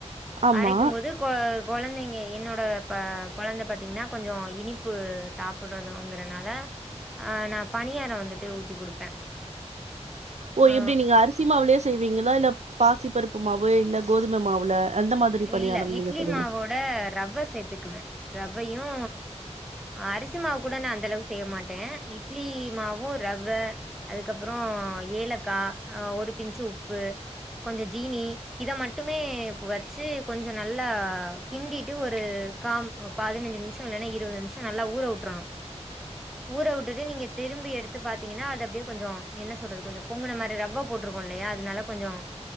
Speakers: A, on the right; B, in the centre.
A: ஆமா
B: அரைக்கும் போது கோ கொழந்தைங்க என்னோட ப கொழந்த பாத்தீங்கன்னா கொஞ்சோ இனிப்பு சாப்பிடுறதுங்கறனால ஆ நா பணியாரோ வந்துட்டு ஊத்தி குடுப்பே
A: ஓ
B: ஆ
A: இப்டி நீங்க அரிசிமாவுலே செய் நீங்களா இல்ல பாசி பருப்பு மாவு இல்ல கோதுமை மாவுல அந்த மாதிரி பணியாரம்
B: இல்ல இட்லி
A: நீங்க சொல்லுங்க.
B: மாவோட ரவ்வ சேத்துக்குவே ரவயு அரிசி மாவு கூட நா அந்த அளவுக்கு செய்ய மாட்டே இட்லி மாவும் ரவ்வ அதுக்கப்பறோ ஏலக்காய் ஒரு பின்ச் உப்பு கொஞ்சோ ஜீனி இத மட்டுமே வச் ச்சி கொஞ்சோ நல்லா கிண்டிட்டு ஒரு காம் பதினஞ்சு நிமிஷோ இல்லன்னா இருவது நிமிஷோ நல்லா ஊற விட்டுறணு ஊற விட்டுட்டு நீங்க திரும்பி எடுத்து பாத்தீங்கன்னா அது அப்டியே கொஞ்சோ என்ன சொல்றது கொஞ்சோ பொங்கு மாதிரி ரவ்வ போட்டிருக்கோம்ல்ல அதனால கொஞ்சம்